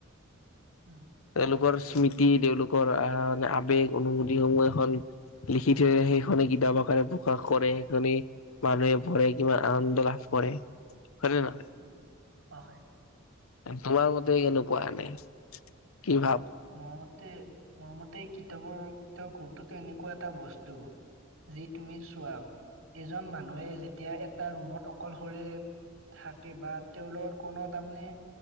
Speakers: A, on the right; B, on the left.
A: অ
B: তেওঁলোকৰ স্মৃতি তেওঁলোকৰ আহ আৱেগ অনুভূতি সমূহ এখন লিখি থৈ সেইখনে কিতাপ আকাৰে প্ৰকাশ কৰে সেইখিনি, মানুহে ভৰে কিমান আনন্দ লাভ কৰে। হয়নে নহয়?
A: উম! অ হয়।
B: তোমাৰ মতে কেনেকুৱা নাই কি ভাব।
A: মোৰমতে মোৰ মতে কিতাপৰ কে গুৰুততো এনেকুৱা এনেকুৱা এটা বস্তু যি তুমি চোৱা এজন মানুহে যেতিয়া এটা ৰুমত অকলশৰে থাকে বা তেওঁলোক কোনো তাৰমানে